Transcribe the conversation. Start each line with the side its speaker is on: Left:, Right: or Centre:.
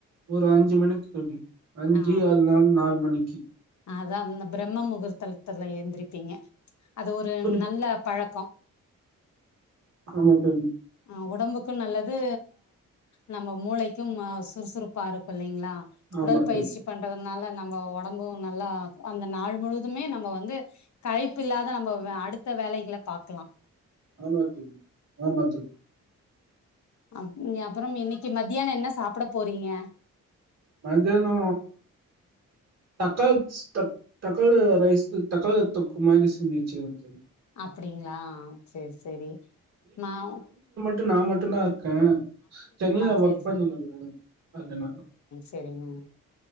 Right: ஒரு அஞ்சு மணிக்கு தோழி அஞ்சு
Left: ஆ
Right: அது நாலு நாலு மணிக்கு
Left: அதா இந்த பிரம்ம முகூர்த்தலத்துல எந்திர் ருப்பீங்க அது ஒரு
Right: புரி
Left: நல்ல பழக்கோ
Right: ஆமா தோழி
Left: ஆ ஒடம்புக்கூ நல்லத் து நம்ம மூளைக்கும் சுறுசுறுப்பாருக்கூ இல்லைங்களா
Right: ஆமா
Left: உடல் பயிற்சி
Right: தோழி
Left: பண்றதன் னால நம்ம ஒடம்பூ நல்லா அந்த நாள் முழுவதுமே நம்ம வந்து களைப்பு இல்லாத நம்ம அடுத்த வேலைகள பாக்லா
Right: ஆமா தோழி ஆமா தோழி
Left: அ அப்றம் இன்னிக்கு மத்தியானோ என்ன சாப்ட போறீங்க
Right: மத்தியானோ தக்காள்ஸ் தக்காளி ரைஸ்மக்ஷ தக்காளி தொக்கு மாரி செஞ்சி வச்சிருக்க தோழி
Left: அப்டிங்களா செர் செரி மாவ்
Right: டு நா மட்டுந்தா இருக் க சென்னையில
Left: சேரி
Right: வர்க் பண்ணினுக்றே
Left: ச
Right: அதனால
Left: செரிங்க